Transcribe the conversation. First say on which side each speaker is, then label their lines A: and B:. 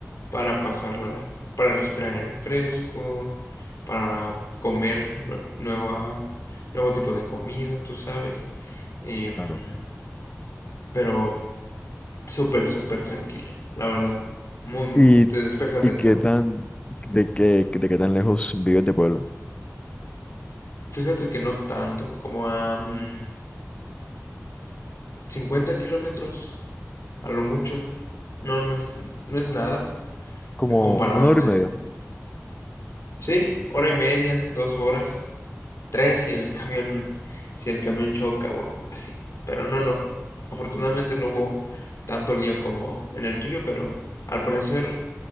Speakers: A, on the left; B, on the left.
A: para pasarla, para respirar aire fresco, para comer nue- nueva, nuevo tipo de comida, tú sabes. Em,
B: Claro.
A: pero Súper, súper tranquilo, la verdad. Muy, muy.
B: ¿Y,
A: Te despejas
B: y
A: de
B: qué
A: todo.
B: tan, de qué, de qué tan lejos vives de Puebla?
A: Fíjate que no tanto, como a mm, 50 kilómetros, a lo mucho. No, no es, no es nada
B: Como
A: eh, comparado
B: una hora
A: de...
B: y media.
A: Sí, hora y media, dos horas, tres si el camión, si el camión choca o así. Pero no, no. Afortunadamente no hubo tanto lío como en el tuyo, pero al parecer